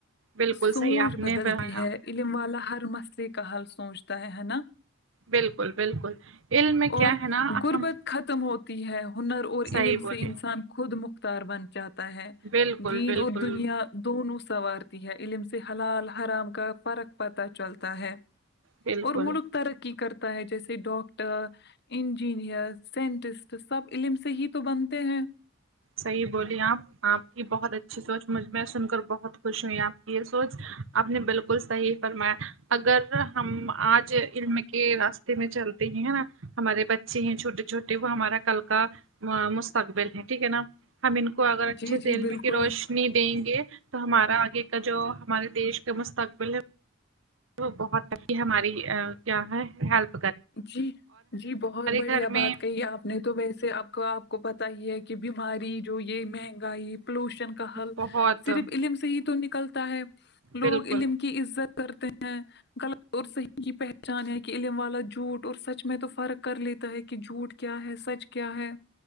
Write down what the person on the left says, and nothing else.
سوچ
بدلتی
ہے علم والا ہر مسئلے کا حل سوچتا ہے ہے نا
اور
غربت
ختم ہوتی ہے ہنر اور
علم
سے انسان
کو خود مختار بن جاتا ہے
دین
اور دنیا دونوں سنوارتی ہے علم سے حلال حرام کا فرق پتا چلتا ہے
اور ملک ترقی کرتا ہے جیسے ڈاکٹر انجینئر سائنٹسٹ سب علم سے ہی تو بنتے ہیں
جی جی
بالکل
جی جی بہت بڑھیا
بات
کہی آپ نے تو ویسے آپ کا آپ کو پتا ہی ہے کہ بیماری جو یہ مہنگائی پولوشن کا حل
صرف علم سے ہی تو نکلتا ہے لوگ
علم کی عزت کرتے ہیں غلط اور صحیح کی پہچان ہے کہ علم والا جھوٹ اور سچ میں تو فرق کر لیتا ہے کہ جھوٹ کیا ہے سچ کیا ہے